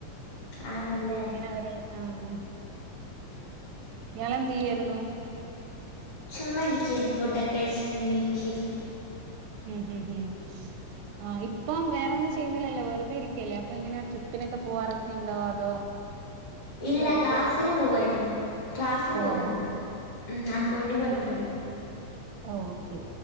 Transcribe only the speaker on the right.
എങ്ങനെവരെ ആഹ് ങ്ങളന്തെയ്യായിരുന്നു
ഉം ഹ് ഹ് ആ ഇപ്പം വേറൊന്നും ചെയ്യുന്നില്ലല്ലോ വെറുതെ ഇരിക്കല്ലേ അപ്പൊ ഇങ്ങനെ ട്രിപ്പിനൊക്കെ പോവാറൊക്കെ ണ്ടോ അതോ
വെറുതെ
പോവായിരുന്നോ
ആ ഓക്കേ